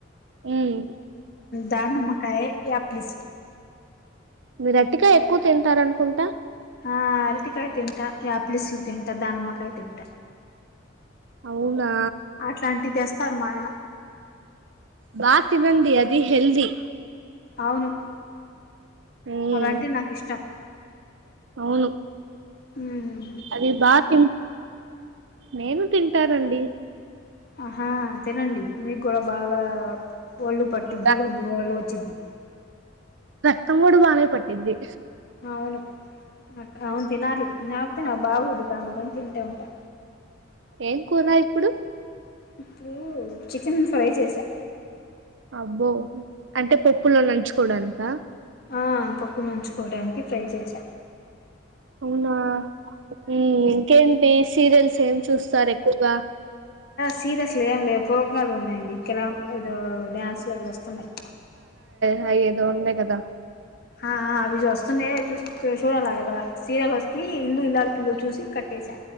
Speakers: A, on the right (about 65°); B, on the left (about 50°).
A: మ్మ్
B: ధనుమకాయ యా ప్లీస్
A: మీరు అరటికాయ ఎక్కువ తింటారనుకుంటా
B: ఆ అరటికాయ తింటా ఆప్లీస్లు తింటా దానమ్మకాయ తింటా
A: అవునా
B: అట్లాంటి తెస్తారు మా ఆయన
A: బా తవండి అది హల్ది
B: అవును
A: ఉమ్
B: అలాంటిది నాకు ఇష్టం
A: అవును
B: హ
A: అది బా తి నేను తింటానండి
B: ఆహా తినండి మీ కూడా బాగా ఒళ్ళు పట్ది <unintelligible>
A: ర
B: ఒళ్ళు వచ్చిద్ది
A: రక్తం కూడ బానేే పట్ది
B: అవును అవును తినాలి నాప్తే నా బాగోదు కాగుదు అంత తి ఉంటా
A: ఏం కూర ఇప్పుడు
B: ఇప్పుడు చికెన్ ఫ్రై చేసా
A: అబ్బో అంటే పప్పులో నంచుకోవడానికి రా
B: ఆ పప్పు నంచుకోవడానికి ఫ్రై చేశా
A: అవునా ఉమ్ ఇంకేంటి సీరియల్స్ చేమ్ చూస్తారు ఎక్కువగా
B: సీదసల్ ఏమ్ లే ప్రోగ్రమ్లు ఉన్నాయండి ఇక్కర ఏదో డ్యాన్స్లు అవి వస్తున్నాయి
A: హైయర్ ఎదో ఉండే కదా
B: ఆ ఆ అవి చస్తున్నాయి కదా చూ చూసి లాగా సీరియల్ వస్తే ఇల్లు ఇల్లాల పిల్లలు చూసి కట్టేసా